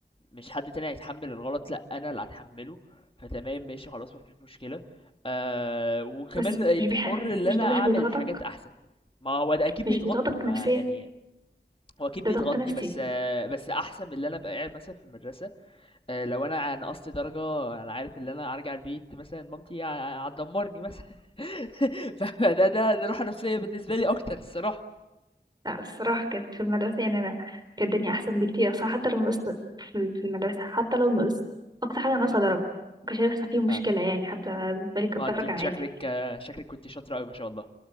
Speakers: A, on the left; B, on the right.
A: مش حد تاني هيتحمل الغلط لا انا اللي هتحمله فتمام ماشي خلاص مفيش مشكله آه وكمان
B: بس
A: بقيت
B: مش بيح
A: حر ان
B: مش
A: انا
B: ده
A: اعمل
B: مش بيضغطك
A: حاجات احسن ما هو ده اكيد
B: مش
A: بيضغطني
B: بيضغطك
A: ما
B: نفسيا
A: يعني هو اكيد
B: ده
A: بيضغطني
B: ضغط نفسي
A: بس آه بس احسن من اللي انا ابقى قاعد مثلا في المدرسه آه، لو انا عن قصت درجه انا عارف ان انا ارجع البيت مثلا مامتي ه- هتدمرني مثلا <laughs> فده ده ده راحه نفسيه بالنسبه لي اكتر الصراحه
B: لا الصراحة كانت في المدرسة يعني أنا كانت الدنيا أحسن بكتير أصلا حتى لو نقصت في في المدرسة حتى لو نقصت أقصى حاجة ناقصة
A: مم.
B: درجة مكانش هيحصل فيه مشكلة
A: اه
B: يعني حتى بالنسبة لي كانت
A: ما
B: درجة
A: انت انت
B: عادي
A: شكلك آه، شكلك كنت شاطره قوي ما شاء الله